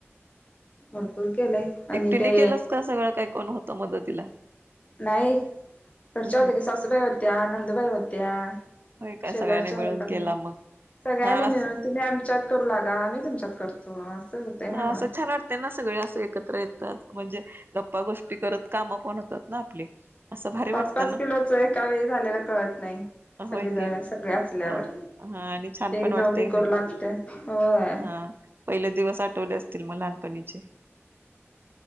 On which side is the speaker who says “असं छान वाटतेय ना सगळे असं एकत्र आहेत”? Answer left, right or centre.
Right